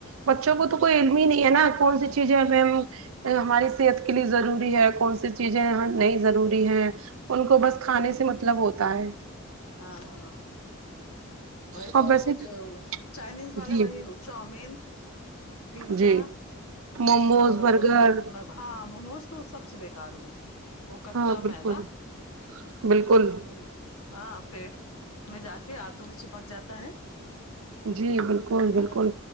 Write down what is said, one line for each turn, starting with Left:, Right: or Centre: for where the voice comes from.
Right: بچوں کو تو کوئی علم ہی نہیں ہے نا کون سی چیزیں ہماری صحت کے لیے ضروری ہے کون سی چیزیں نہیں ضروری ہے ان کو بس کھانے سے مطلب ہوتا ہے
Left: ہاں ہاں وہی
Right: اور
Left: تو
Right: ویسے
Left: وہ چاےچائنیز والے
Right: جی
Left: وہ چاؤمین پیزا
Right: جی موموز
Left: اور
Right: برگر
Left: <unintelligible> ہاں موموز تو سب سے بیکار ہے وہ وہ کچا
Right: ہاں بالکل
Left: میدا
Right: بالکل
Left: کھول ہاں پیٹ میں جا کے اتو میں چپک جاتا ہے
Right: جی بالکل بالکل
Left: ہاں